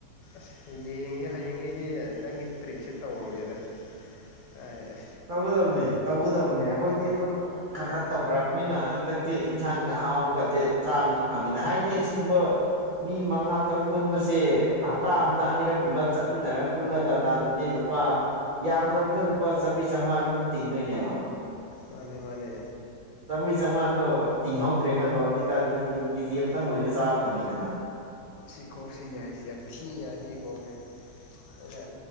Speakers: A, on the left (about 80°); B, on the right (about 75°).
A: ꯑꯁ ꯌꯦꯡꯉꯦ ꯍꯌꯦꯡꯉꯩꯗꯤ ꯅꯪꯒꯤ ꯇ꯭ꯔꯤꯛꯁꯦ ꯇꯧꯔꯒꯦꯗ ꯑꯥꯏ ꯑꯦ
B: ꯇꯧꯒꯗꯕꯅꯦ ꯇꯧꯒꯗꯕꯅꯦ ꯑꯩꯈꯣꯏꯗꯤ ꯑꯗꯨꯝ ꯈꯔꯈꯠ ꯇꯧꯈꯔꯛꯄꯅꯤꯅ ꯍꯟꯗꯛꯇꯤ ꯏꯟꯁꯥꯡꯒ ꯍꯥꯎꯕꯒꯗꯤ ꯆꯥꯕꯗꯤ ꯐꯪꯉꯤꯗ ꯍꯥꯏꯗꯤ ꯑꯁꯤꯒꯨꯝꯕ ꯃꯤ ꯃꯉꯥ ꯇꯔꯨꯛ ꯄꯨꯟꯕꯁꯦ ꯍꯞꯇꯥ ꯑꯃꯗ ꯑꯅꯤꯔꯛꯀꯨꯝꯕ ꯆꯠꯃꯤꯟꯅꯔ ꯄꯨꯜꯂꯒꯗꯥꯟꯗꯗꯤ ꯂꯨꯄꯥ ꯌꯥꯝꯗ꯭ꯔꯕꯗ ꯂꯨꯄꯥ ꯆꯝꯃ꯭ꯔꯤ ꯆꯧꯉꯥꯗꯤ ꯑꯗꯨꯝ ꯇꯤꯡꯗꯣꯏꯅꯦꯕ
A: ꯃꯥꯅꯦ ꯃꯥꯅꯦ
B: ꯆꯝꯔꯤ ꯆꯧꯉꯥꯗꯣ ꯇꯤꯡꯍꯧ ꯨꯗꯔꯦ ꯈꯜꯂꯣ ꯑꯗꯨꯏꯇꯥꯗꯤ ꯌꯦꯟ ꯀꯦꯖꯤ
A: ꯃꯥꯅꯦ
B: ꯑꯝꯇꯪ ꯑꯣꯏꯖꯨ ꯆꯥ ꯐꯪꯉꯤꯗꯅ
A: ꯁꯤ ꯀꯣꯛꯁꯦ ꯌꯥꯏ ꯌꯥꯝ ꯊꯤ ꯌꯥꯏ ꯁꯤ ꯀꯣꯛꯁꯦ ꯑꯩꯅ